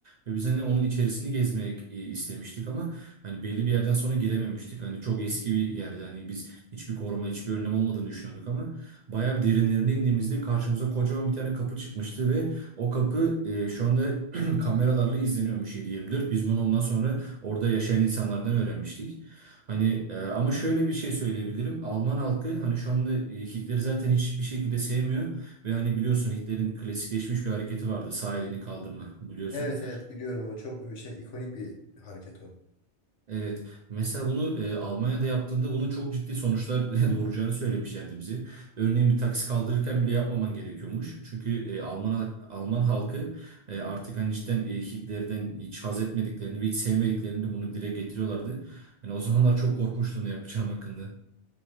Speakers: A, on the right; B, on the left.
A: Ve biz hani onun içerisini gezmek e, istemiştik ama hani belli bir yerden sonra girememiştik. Hani çok eski bir yerdi. Hani biz hiçbir koruma, hiçbir önlem olmadığını düşünüyorduk ama bayağı bir derinlerine indiğimizde karşımıza kocaman bir tane kapı çıkmıştı ve o kapı e, şu anda <clears throat> kameralarla izleniyormuş 7-24. Biz bunu ondan sonra Orada yaşayan insanlardan öğrenmiştik. Hani e, ama şöyle bir şey söyleyebilirim. Alman halkı hani şu anda e, Hitler'i zaten hiçbir şekilde sevmiyor ve hani biliyorsun Hitler'in klasikleşmiş bir hareketi vardı. Sağ elini kaldırma biliyorsun.
B: Evet evet biliyorum o çok bir şey ikonik bir hareket o.
A: Evet. Mesela bunu e, Almanya'da yaptığında bunun çok ciddi sonuçlar <laughs> doğuracağını söylemişlerdi bize. Örneğin bir taksi kaldırırken bile yapmaman gerekiyormuş. Çünkü e, Alman halk- Alman halkı e, artık hani cidden e, Hitler'den hiç haz etmediklerini ve hiç sevmediklerini de bunu dile getiriyorlardı. Yani o zamanlar çok korkmuştum ne yapacağım hakkında.